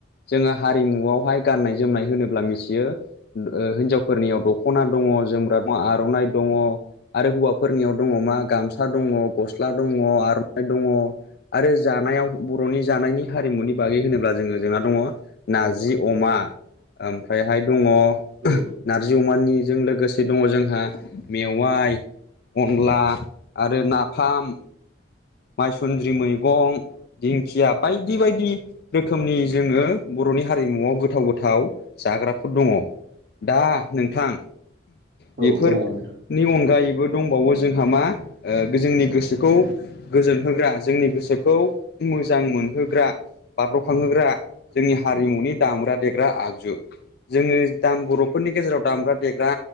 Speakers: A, on the left (about 55°); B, on the right (about 55°).
A: जोङो हारिमुआवहाय गाननाय जोमनाय होनोब्ला मिथियो ओ हिनजावफोरनियाव दखना दङ। दङ, जोमग्रा दं, आरनाइ दङ आरो हौवाफोरनियाव दङ मा गामसा दङ, गस्ला दङ, आरनाइ दङ। आरो जानायाव बरनि जानायनि हारिमुनि बागै होनोब्ला जोङो जोंना दङ नारजि अमा ओमफ्रायहाय दङ
B: औ
A: नारजि अमानिजों लोगोसे दङ जोंहा मेवाइ, अनला आरो नाफाम। माइसुन्द्रि मैगं दिंखिया बायदि बायदि रोखोमनि जोङो ब'नि हारिमुवआव गोथाव गोथाव जाग्राफोर दङ दा नोंथां बेफोर
B: औ दङ
A: नि
B: नोंथां
A: अनगायैबो दंबावो जोंहा मा जोंनि गोसोखौ गोजोन होग्रा जों जोंनि गोसोखौ मोजां मोनहोग्रा बाब्रखांहोग्रा जोंनि हारिमुनि दामग्रा देग्रा आगजु जोङो दाम बरफोरनि नि गेजेराव दामग्रा देग्रा